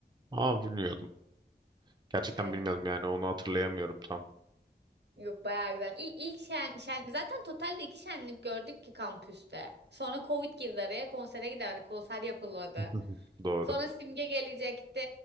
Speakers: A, on the right; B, on the right.
A: Aa bilmiyordum. Gerçekten
B: Yani
A: bilmiyordum yani onu hatırlayamıyorum tam.
B: yok bayağı güzel. İlk, ilk şen, şen- zaten totalde iki şenlik gördük ki kampüste. Sonra Covid girdi araya konsere gidemedik. Konser yapılmadı.
A: <laughs> Doğru.
B: Sonra Simge gelecekti.